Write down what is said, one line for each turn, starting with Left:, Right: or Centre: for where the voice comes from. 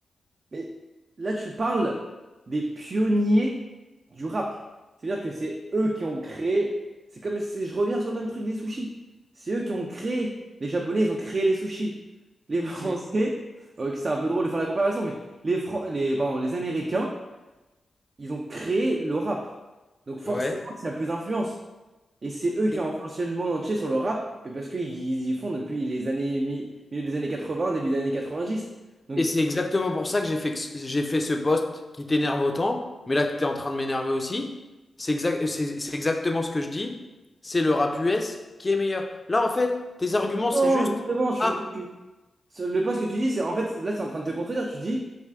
Right: Mais là, tu parles des pionniers du rap. C'est-à-dire que c'est eux qui ont créé. C'est comme si je reviens sur le même truc des sushis. C'est eux qui ont créé. Les Japonais, ils ont créé les sushis. Les <laughs> Français,
Left: Mm.
Right: euh, c'est un peu drôle de faire la comparaison, mais les, Fran- les, pardon, les Américains, ils ont créé le rap. Donc forcément,
Left: Ouais.
Right: il y a plus d'influence. Et c'est eux qui
Left: Et,
Right: ont influencé le monde entier sur le rap, mais parce qu'ils ils y font depuis les années, mi- milieu des années 80, début des années 90. Donc,
Left: et c'est exactement pour ça que j'ai fait, que ce- j'ai fait ce post qui t'énerve autant, mais là que tu es en train de m'énerver aussi. C'est exact, c'est c'est exactement ce que je dis. C'est le rap US qui est meilleur. Là, en fait, tes arguments,
Right: non,
Left: c'est juste.
Right: justement, je suis,
Left: Ah,
Right: tu- sur le post que tu dis, c'est en fait, là, c'est en train de te contredire. Tu dis,